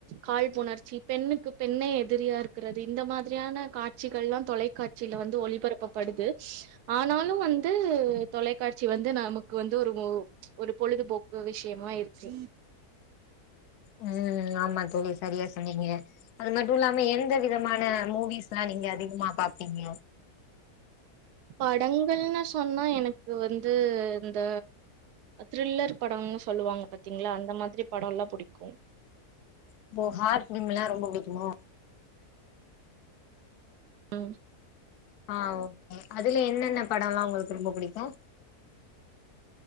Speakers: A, on the right; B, on the left.
A: கால்ப்புணர்ச்சி பெண்ணுக்கு பெண்ணே எதிரியா இருக் ருக்குறது இந்த மாத்ரியான காட்சிகள்ல்லா தொலைக்காட்சில வந்து ஒளிபரப்பப்படுது ஆனாலு வந்து உ தொலைக்காட்சி வந்து நமக்கு வந்து ஒரு ஒரு பொழுதுபோக்கு விஷயமாயிருக்கு
B: உம் ஆமா தோழி சரியா சொன்னீங்க அது மட்டு இல்லாம எந்த விதமான மூவிஸ்லா நீங்க அதிகமா பாப்பீங்க
A: படங்கள்னு சொன்னா எனக்கு வந்து இந்த த்ரில்லர் படம்ன்னு சொல்லுவாங்க பாத்தீங்களா அந்த மாத்ரி படோல்லா புடிக்கு
B: இப்போ ஹார் ஃபிலிம்லா ரொம்ப புடிக்குமா
A: ம் ஹ்
B: ஆ ஓகே அதுல என்னென்ன படோல்லா உங்களுக்கு ரொம்ப புடிக்கு